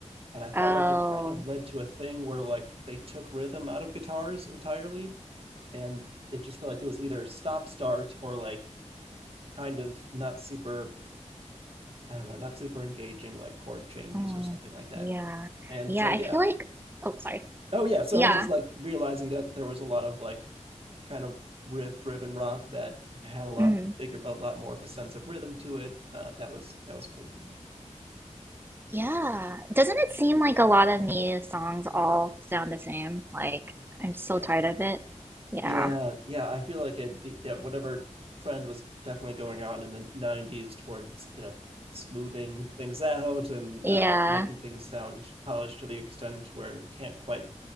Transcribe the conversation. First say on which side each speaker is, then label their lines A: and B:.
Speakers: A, on the right; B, on the right.
A: And I felt
B: Oh,
A: like it kind of led to a thing where like they took rhythm out of guitars entirely. And it just felt like it was either stop start or like kind of not super, I don't know, not super engaging like chord changes
B: mm,
A: or something like that.
B: yeah.
A: And
B: Yeah,
A: so,
B: I
A: yeah.
B: feel like, oh, sorry.
A: Oh, yeah. So
B: Yeah.
A: I was just like realizing that there was a lot of like kind of riff driven rock that had a lot
B: Mm,
A: bigger, a lot more of a sense of rhythm to it. Uh, that was that was cool for me.
B: yeah. Doesn't it seem like a lot of new songs all sound the same? Like, I'm so
A: Yeah,
B: tired of it. Yeah.
A: yeah, yeah. I feel like it. Yeah, whatever trend was definitely going on in the '90s towards you know smoothing things out and
B: Yeah.
A: uh, making things sound polished to the extent where you can't quite